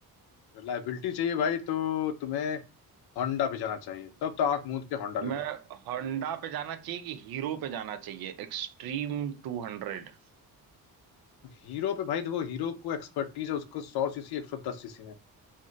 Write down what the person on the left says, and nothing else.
रिलायबिलिटी चाहिए भाई तो तुम्हें होंडा पे जाना चाहिए तब तो आंख मूंद के होंडा ले
लो
हीरो पे भाई देखो हीरो को एक्सपर्टीज है उसको सौ सीसी एक सौ दस सीसी में